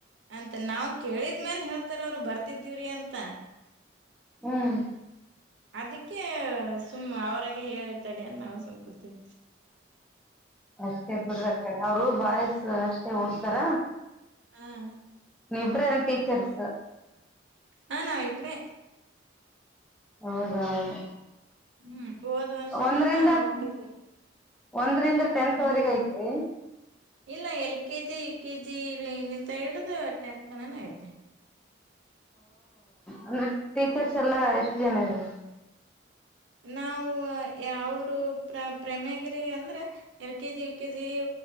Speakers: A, on the right (about 75°); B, in the centre.
A: ಅಂತ ನಾವವು ಕೇಳಿದ್ಮೇಲ್ ಹೇಳ್ತಾರ ಅವರು ಬರ್ತಿದೀವ್ರಿ ಅಂತ
B: ಹ್ಮ್
A: ಅದಕ್ಕೆ ಸುಮ್ಮ ಅವ್ರಾಗ ಹೇಳತಡ ಅಂತ ನಾವು ಸುಮ್ಕೂತೇವಿ
B: ಅಷ್ಟೇ ಬಿಡದ ಕಡೆ ಅವರು ಬಾಯ್ಸ್ ಅಷ್ಟೇ ಓಡ್ತಾರ
A: ಹಾ <unintelligible>
B: ನೀ ಇಬರ ನ್ ಟೀಚರ್ಸ್
A: ಹಾ ನಾ ಇಬ್ರೇ
B: ಹೌದ ಹೌದು
A: ಹ್ಮ್ ಹೋದ್ ವರ್ಷನ
B: ಒಂದ್ರಂದ
A: ನಾವ್ ಹೋಗಿದ್ವಿ
B: ಒಂದ್ರಂದ
A: ಹ್ಮ್
B: ಟೆಂತ್ವರೆಗ ಐತ್ರಿ
A: ಇಲ್ಲ L K G U K G ಇಲ್ಲಿಂತ ಹೇಳುದುದು ಟತ್ ತನಾನ ಐತೆ
B: ಅಂದ್ರೆ ಟೀಚರ್ಸ್ ಎಲ್ಲಾ ಎಷ್ಟು ಜನ ಇದೆ
A: ನಾವು ಅವರು ಪ್ರ ಪ್ರಮಗಿರಿ ಅಂದ್ರೆ L K G U K G